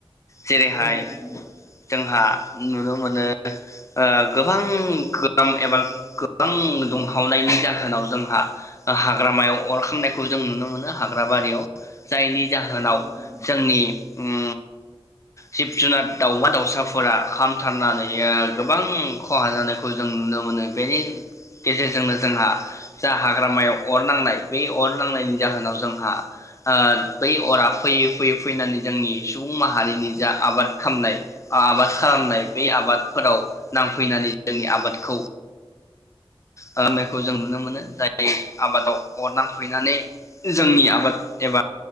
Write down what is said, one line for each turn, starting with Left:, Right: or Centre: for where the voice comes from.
Left: जेरैहाय
Centre: औ नोंथां नंगौ
Left: जोंहा नुनो मोनो ओ गोबां गोबां एबा गोबां दुंहावनायनि जाहोनाव जोंहा हाग्रामायाव अरखांनायखौ जों नुनो मोनो हाग्रा बारियाव जायनि जाहोनाव
Centre: औ नोंथां
Left: जोंनि उम जिब जुनार दाउमा दाउसाफोरा खामथारनानै गोबां खहा जानायखौ जों नुनो मोनो बेनि गेजेरजोंनो जोंहा जा हाग्रामायाव अर नांनाय बे अर नांनायनि जाहोनाव जोंहा ओ बै अरा फैयै फैयै फैनानै जोंनि सुबुं माहारिनि जा आबाद खालामनाय आबाद खालामनाय बे आबाद फोराव नांफैनानै जोंनि आबादखौ होननायखौ जों नुनो मोनो जाय आबादाव अर नांफुबैनानै जोंनि आबाद एबा